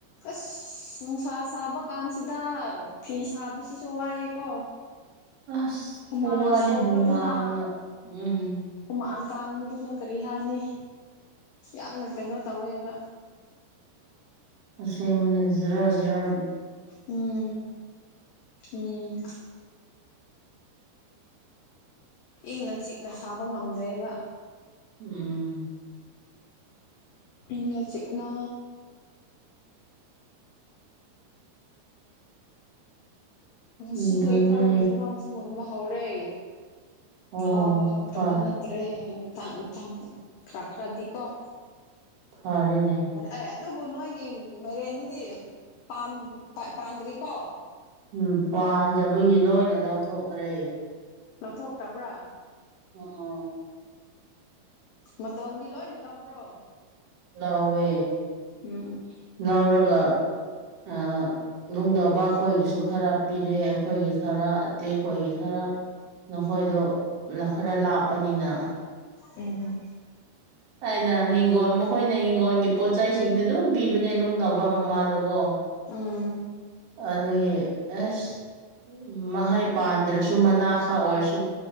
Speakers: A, on the left (about 85°); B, on the right (about 65°).
A: ꯑꯁ ꯅꯨꯡꯁꯥ ꯁꯥꯕ ꯀꯥꯟꯁꯤꯗ ꯐꯤ ꯁꯥꯕꯁꯤꯁꯨ ꯋꯥꯏꯑꯦꯀꯣ
B: ꯑꯁ
A: ꯍꯨꯃꯥꯡ
B: ꯈꯨꯋꯥꯅꯤ
A: ꯁꯧꯕꯗꯨꯅ
B: ꯍꯨꯃꯥꯡꯅ ꯎꯝ
A: ꯍꯨꯃꯥꯡ ꯀꯥꯡꯕꯗꯨꯅ ꯀꯔꯤ ꯍꯥꯏꯅꯤ ꯌꯥꯝꯅ ꯀꯩꯅꯣ ꯇꯧꯋꯦꯕ
B: ꯑꯁꯦꯡꯕꯅꯦ ꯖꯔꯥ ꯖꯔꯥ
A: ꯎꯝ ꯎꯝ ꯏꯪꯡꯅ ꯆꯤꯛꯅ ꯁꯥꯕ ꯉꯝꯗ꯭ꯔꯦꯕ
B: ꯎꯝ
A: ꯏꯪꯅꯥ ꯆꯤꯛꯅꯥ ꯉꯁꯤꯗꯤ
B: ꯑꯗꯨꯅꯦ
A: ꯑꯩꯈꯣꯏꯒꯤ ꯍꯩꯅꯎꯁꯦ ꯃꯨꯟꯕ ꯍꯧꯔꯦ
B: ꯑꯣ
A: ꯍꯥꯎꯕ ꯍꯥꯎꯇꯕ
B: ꯐꯔ
A: ꯅ ꯔꯦ ꯃꯊꯪ ꯃꯊꯪ ꯈ꯭ꯔꯈꯔꯗꯤꯀꫭ
B: ꯐꯔꯦꯅꯦ
A: ꯑꯦ ꯑꯗꯨꯕꯨ ꯅꯣꯏꯒꯤ ꯃꯩꯔꯦꯟꯗꯨꯗꯤ ꯄꯥꯟ ꯄꯥꯟꯗ꯭ꯔꯤꯀꯣ
B: ꯎꯝ ꯄꯥꯟꯗꯕꯒꯤ ꯂꯣꯏꯅ ꯂꯧꯊꯣꯛꯈ꯭ꯔꯦ
A: ꯂꯧꯊꯣꯛꯈ꯭ꯔꯕ꯭ꯔꯥ?
B: ꯎꯝ
A: ꯃꯇꫭꯟꯗꯤ ꯂꯣꯏꯅ ꯂꯧꯕ꯭ꯔꯣ
B: ꯅꯧꯋꯦ
A: ꯎꯝ
B: ꯂꯎꯔꯒ ꯑ ꯅꯨꯡꯗꯧꯕ ꯑꯩꯈꯣꯏꯒꯤꯁꯨ ꯈꯔ ꯄꯤꯔꯦ ꯑꯩꯈꯣꯏꯒꯤ ꯈꯔ ꯇꯦ ꯈꯣꯏꯒꯤ ꯈꯔ ꯅꯈꯣꯏꯗꯣ ꯂꯥꯛ ꯈꯔ ꯂꯥꯞꯄꯅꯤꯅ
A: ꯎꯝ
B: ꯑꯩꯅꯥ ꯍꯤꯡꯒꯣꯜ ꯃꯈꯣꯏꯅ ꯍꯤꯡꯒꯣꯜꯒꯤ ꯄꯣꯠꯆꯩꯁꯤꯡꯗꯣ ꯑꯗꯨꯝ ꯄꯤꯕꯅꯦ ꯅꯨꯡꯗꯧꯕ ꯃꯃꯥꯗꯣꯀꯣ
A: ꯎꯝ
B: ꯑꯗꯨꯒꯤ ꯑꯁ ꯎꯝ ꯃꯍꯩ ꯄꯥꯟꯗ꯭ꯔꯁꯨ ꯃꯅꯥ ꯈꯛ ꯑꯣꯏꯔꯁꯨ